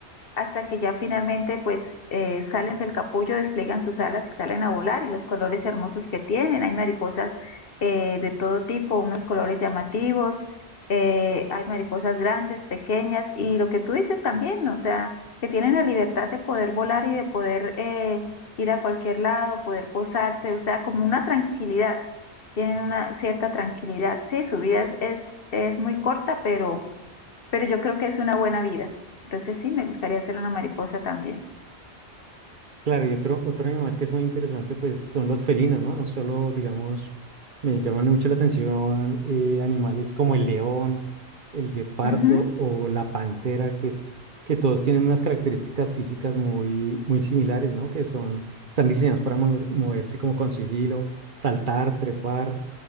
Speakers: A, on the left (about 55°); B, on the right (about 50°).
A: hasta que ya finalmente pues eh, salen del capullo, despliegan sus alas y salen a volar y los colores hermosos que tienen. Hay mariposas eh, de todo tipo, unos colores llamativos, eh, hay mariposas grandes, pequeñas y lo que tú dices también, o sea, que tienen la libertad de poder volar y de poder eh, ir a cualquier lado, poder posarse, o sea, como una tranquilidad, tienen una cierta tranquilidad. Sí, su vida es, es, es muy corta, pero pero yo creo que es una buena vida. Entonces sí, me gustaría ser una mariposa también.
B: Claro, y otro, otro animal que es muy interesante, pues son los felinos, ¿no? No solo, digamos, me llaman mucho la atención eh, animales como el león, el guepardo
A: Ujú.
B: o la pantera, pues que todos tienen unas características físicas muy, muy similares, ¿no? Que son, están diseñados para mo- moverse como con sigilo, saltar, trepar,